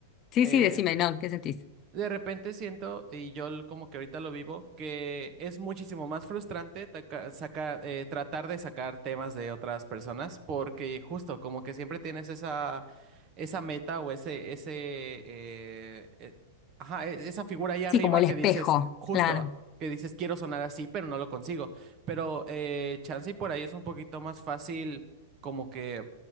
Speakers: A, on the left (about 30°); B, on the right (about 30°).
A: Sí,
B: eh,
A: sí, decime, no, ¿qué sentís?
B: de repente siento, y yo l- como que ahorita lo vivo, que es muchísimo más frustrante taca- saca- eh, tratar de sacar temas de otras personas, porque justo como que siempre tienes esa, esa meta o ese, ese, eh, eh, ajá, e- esa figura ahí arriba
A: Sí, como el
B: que
A: espejo,
B: dices, justo,
A: claro.
B: que dices quiero sonar así, pero no lo consigo. Pero eh, chance y por ahí es un poquito más fácil como que